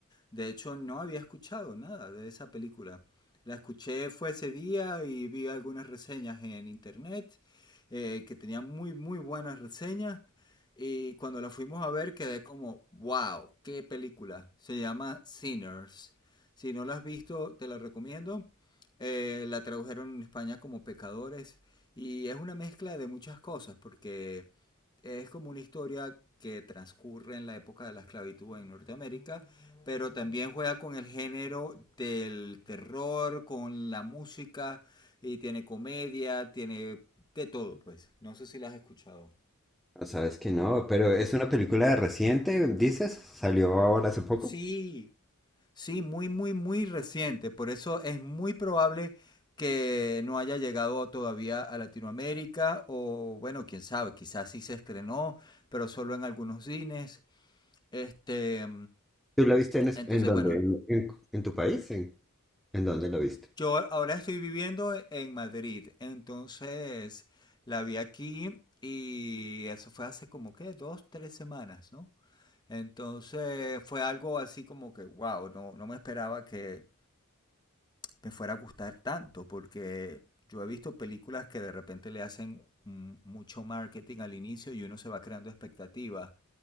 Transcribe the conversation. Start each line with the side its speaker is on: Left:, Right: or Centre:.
Left: De hecho, no había escuchado nada de esa película. La escuché fue ese día y vi algunas reseñas en internet eh, que tenían muy, muy buenas reseñas. Y cuando la fuimos a ver quedé como, wow, qué película. Se llama Sinners. Si no la has visto, te la recomiendo. Eh, la tradujeron en España como Pecadores. Y es una mezcla de muchas cosas, porque es como una historia que transcurre en la época de la esclavitud en Norteamérica, pero también juega con el género del terror, con la música, y tiene comedia, tiene de todo, pues. No sé si la has escuchado.
Centre: No, sabes que no, pero es una película reciente, dices, salió ahora hace poco.
Left: Sí, sí, muy, muy, muy reciente. Por eso es muy probable que no haya llegado todavía a Latinoamérica o bueno, quién sabe, quizás sí se estrenó, pero solo en algunos cines. Este,
Centre: ¿Tú la viste en, es-
Left: entonces,
Centre: en dónde?
Left: bueno,
Centre: ¿En, en- en tu país? ¿En, en dónde la viste?
Left: Yo ahora estoy viviendo en Madrid, entonces la vi aquí y eso fue hace como que dos, tres semanas, ¿no? Entonces fue algo así como que, wow, no, no me esperaba que me fuera a gustar tanto, porque yo he visto películas que de repente le hacen mm, mucho marketing al inicio y uno se va creando expectativas,